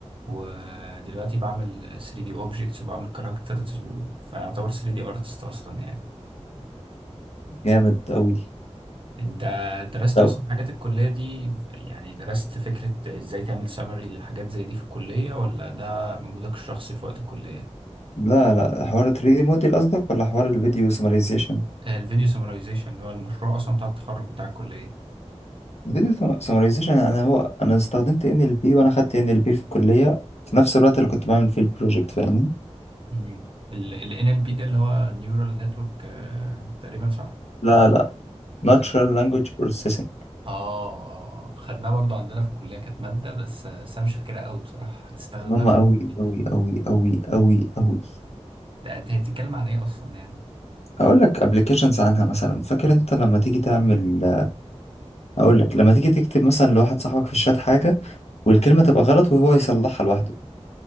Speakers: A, on the right (about 50°); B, on the left (about 65°).
A: ودلوقتي بعمل 3 دي اوبجكتس وبعمل كاركترز فاعتبر 3 دي ارتست اصلا يعني
B: جامد قوي
A: انت درست
B: طب
A: اصلا حاجات الكلية دي يعني درست فكرة ازاي تعمل سمري لحاجات زي دي في الكلية ولا ده مجهودك الشخصي في وقت الكلية
B: لا لا حوار 3D موديل قصدك ولا حوار الفيديو سمرايزيشن
A: آه، الفيديو سمرايزيشن اللي هو المشروع اصلا بتاع التخرج بتاع الكلية
B: الفيديو سمرايزيشن انا هو انا استخدمت ان ال بي وانا خدت ان ال بي في الكلية في نفس الوقت اللي كنت بعمل فيه البروجكت فاهمني
A: مم. ال ال NLP ده اللي هو نيورال نتورك تقريبا صح
B: لا لا
A: المادة
B: natural language processing
A: اه اه آه. خدناه برضو عندنا في الكلية كانت مادة بس آه، بس انا مش فاكرها قوي بصراحة استخدمناها
B: هم
A: في
B: قوي
A: الفيديو
B: قوي قوي قوي قوي قوي
A: انت أنت هي بتتكلم عن ايه اصلا يعني
B: اقول لك ابلكيشنز عنها مثلا فاكر انت لما تيجي تعمل اقول لك لما تيجي تكتب مثلا لواحد صاحبك في الشات حاجه والكلمه تبقى غلط وهو يصلحها لوحده